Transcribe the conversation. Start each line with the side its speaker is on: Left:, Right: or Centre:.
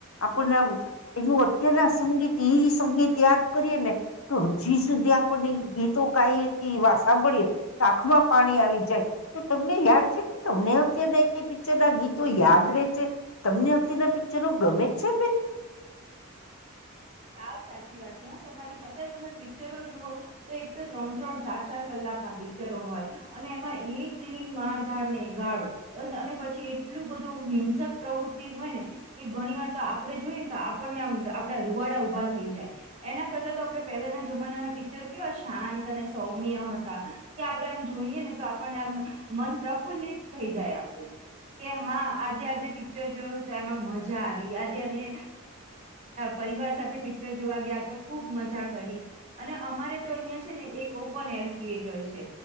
Left: આપણના એનું અત્યારના સંગીત એ સંગીત યાદ કરીએ ને તો હજી સુધી આપણને ગીતો ગાઈએ કે એવા સાંભળીએ કાખમાં પાણી આવી જાય તો તમને યાદ છે કે તમને અત્યારના પિક્ચર ના ગીતો યાદ ર છે તમને અત્યારના પિક્ચરો ગમે છે બે
Right: સા સાચી વાત છે હ તમારી અત્યારે તમે પિક્ચરો જુઓ તો એક તો ત્રણ ત્રણ ચાર ચાર કલાક ના પિક્ચરો હોય અને એમાં એક મારધારનેગાળો અને પછી એટલું બધું હિંસક પ્રવૃત્તિ હોય ને કે ઘણી વાર તો આપડે જોઈએ ને તો આપણનેમ આપણે રૂવાડા ઉભા થઈ જાય એના કરતા તો આપણે પહેલાના જમાનાના પિક્ચર કેવા શાંત અને સૌમ્ય હતા કે આપણેે આમ જોઈએ ને તો આપને એમ મન પ્રફુલ્લિત થઈ જાય આપણું કે હા આજે આજે પિક્ચર જોયું તો એમાં મજા આવી આજે એને પરિવાર સાથે પિક્ચર જોવા ગયા તો ખૂબ મજા કરી અને અમારે તો અહિયાં છે ને એક ઓપન એર થિયેટર છે